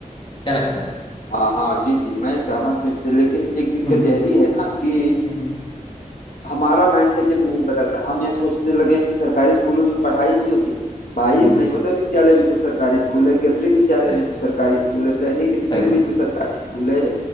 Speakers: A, on the left; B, on the left.
A: क्या लगता है
B: हाँ हाँ जी जी मैं सहमत हूँ इससे लेकिन एक दिक्कत
A: हम्म
B: यह भी है ना कि
A: हम्म
B: हमारा माइंड सेट अब नहीं बदल रहा हम यह सोचने लगे हैं कि सरकारी स्कूलों में पढ़ाई नहीं होती भाई
A: हम्म
B: नवोदय विद्यालय भी तो सरकारी स्कूल है केंद्रीय विद्यालय
A: सही
B: भी
A: बात
B: तो सरकारी स्कूल है सैनिक स्कूल
A: सही बात
B: भी तो सरकारी स्कूल है